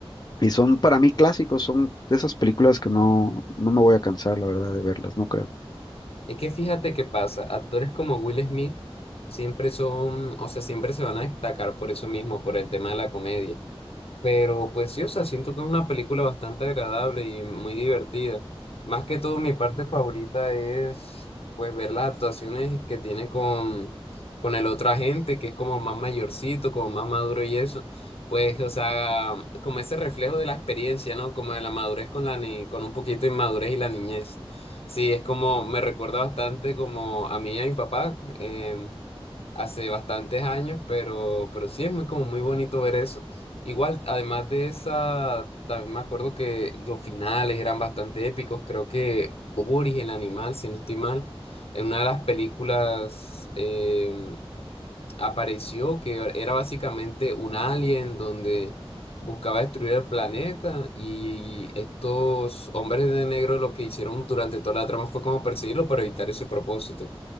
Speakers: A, on the left; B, on the left.
A: y son para mí clásicos, son de esas películas que no, no me voy a cansar, la verdad, de verlas, no creo.
B: Es que fíjate qué pasa. Actores como Will Smith siempre son, o sea, siempre se van a destacar por eso mismo, por el tema de la comedia. Pero pues sí, o sea, siento que es una película bastante agradable y muy divertida. Más que todo, mi parte favorita es pues ver las actuaciones que tiene con, con el otro agente, que es como más mayorcito, como más maduro y eso. Pues, o sea, como ese reflejo de la experiencia, ¿no? Como de la madurez con la ni con un poquito de inmadurez y la niñez. Sí, es como, me recuerda bastante como a mí y a mi papá. em, hace bastantes años, pero, pero sí es muy, como muy bonito ver eso. Igual, además de esa, también me acuerdo que los finales eran bastante épicos. Creo que Boris, el animal, si no estoy mal, en una de las películas eh, apareció, que era básicamente un alien donde buscaba destruir el planeta y estos hombres de negro lo que hicieron durante toda la trama fue como perseguirlo para evitar ese propósito.